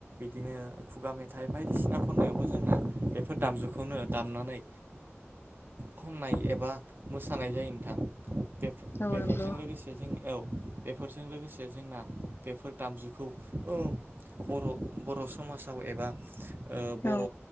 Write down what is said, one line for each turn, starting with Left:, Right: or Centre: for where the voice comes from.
Right: बिदिनो खुगा मेथाइ बायदिसिना खननायावबो जोंना बेफोर दामजुखौनो, दामनानै खननाय एबा मोसानाय जायो नोंथां। बेफो
Left: औ
Right: बेफोरजों
Left: नोंगौ।
Right: लोगोसे जों औ बेफोरजों लोगोसे जोंना बेफोर दामजुखौ ओ बर' बर' समाजाव एबा ओ बर'
Left: औ